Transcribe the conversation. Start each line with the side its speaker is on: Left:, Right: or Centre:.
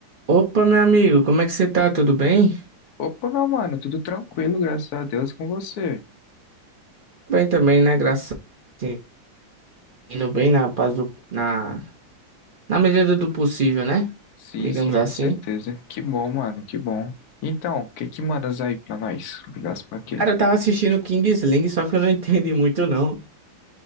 Right: Opa, meu amigo, como é que você tá? Tudo bem?
Left: Opa, meu mano, tudo tranquilo, graças a Deus com você.
Right: Bem também, né? Graças a Deus. Indo bem na paz do, na, na medida do possível, né?
Left: Sim,
Right: Digamos
Left: sim, com
Right: assim.
Left: certeza. Que bom, mano, que bom. Então, o que que mandas aí pra nós? Ligasse pra quê?
Right: Cara, eu tava assistindo King Sling, só que eu não <laughs> entendi muito, não.